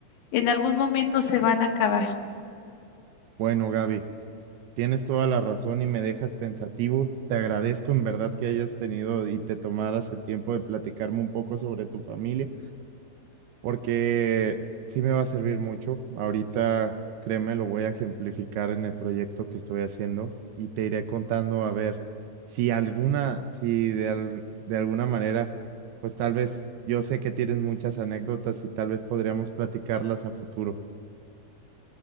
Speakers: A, on the left; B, on the right.
A: en algún momento se van a acabar.
B: Bueno, Gaby, tienes toda la razón y me dejas pensativo. Te agradezco en verdad que hayas tenido y te tomaras el tiempo de platicarme un poco sobre tu familia. porque sí me va a servir mucho. Ahorita, créeme, lo voy a ejemplificar en el proyecto que estoy haciendo y te iré contando a ver si alguna, si de, al- de alguna manera, pues tal vez yo sé que tienes muchas anécdotas y tal vez podríamos platicarlas a futuro.